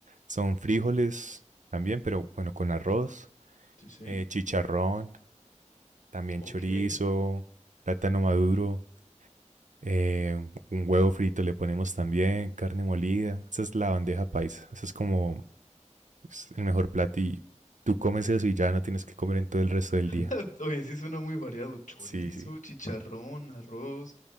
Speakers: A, on the right; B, on the left.
A: Son frijoles también, pero bueno, con arroz,
B: Sí, sí.
A: eh, chicharrón, también
B: Ok.
A: chorizo, plátano maduro, eh, un huevo frito le ponemos también, carne molida. Esa es la bandeja paisa. esa es como es el mejor plato y tú comes eso y ya no tienes que comer en todo el resto del
B: <laughs>
A: día.
B: Oye, sí suena muy variado. Chorizo,
A: Sí, sí,
B: chicharrón, arroz,